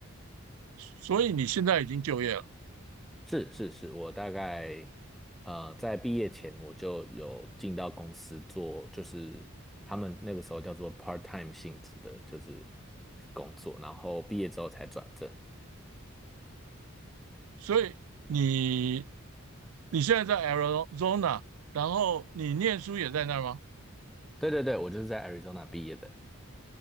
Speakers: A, on the right (about 85°); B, in the centre.
A: 所以你现在已经就业了，
B: 是是是，我大概呃在毕业前我就有进到公司做，就是他们那个时候叫做 part time 性质的，就是工作，然后毕业之后才转正。
A: 所以你你现在在 Arizona，然后你念书也在那儿吗？
B: 对对对，我就是在 Arizona 毕业的，